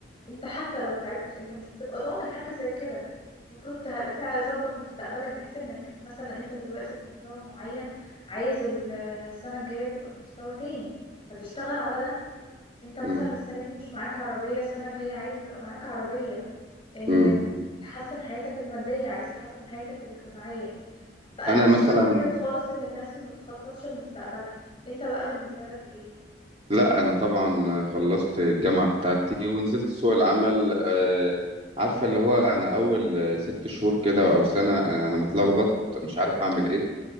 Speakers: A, on the left; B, on the right.
A: انت حتى لو تعبت انت مش بتبقى ضامن حاجة زي كده المفروض ته- تظبط مستقبلك بحيث انك مثلا انت دلوقتي في مستوى معين عايز ال- السنة الجاية تبقى في مستوى تاني فتشتغل على ده انت مثلا
B: مم.
A: السنة دي مش معاك عربية السنة الجاية عايز يبقى معاك عربية اه
B: مم.
A: تحسن حياتك المادية عايز تحسن حياتك الاجتماعية فأنا
B: انا
A: مش
B: مثلا
A: مع فكرة خالص إن الناس ما تتخططش لمستقبلها انت بقى بالنسبة لك ايه
B: لا انا طبعا خلصت الجامعه بتاعتي ونزلت سوق العمل آه، عارفه اللي هو انا اول آه، ست شهور كده او سنه آه، انا متلخبط مش عارف اعمل ايه